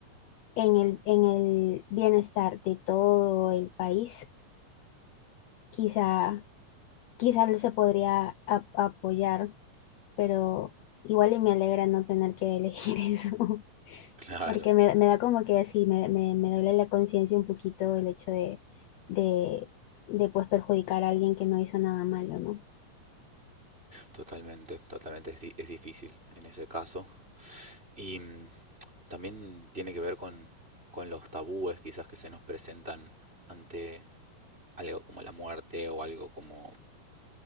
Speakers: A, on the left; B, on the right.
A: en el, en el bienestar de todo el país, quizá, quizá se podría ap- apoyar, pero igual y me alegra no tener que elegir <laughs> eso.
B: Claro,
A: Porque me, me da como que así, me, me, me duele la conciencia un poquito el hecho de, de, de pues perjudicar a alguien que no hizo nada malo, ¿no?
B: totalmente, totalmente. Es, di- es difícil en ese caso. Y mm, también tiene que ver con, con los tabúes quizás que se nos presentan ante algo como la muerte o algo como